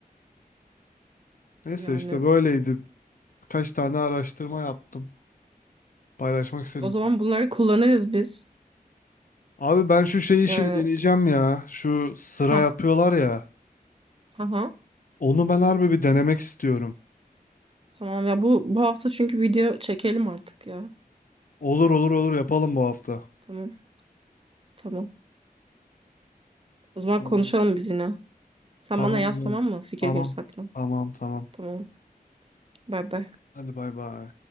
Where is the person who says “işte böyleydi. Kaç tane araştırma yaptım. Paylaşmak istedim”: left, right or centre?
Left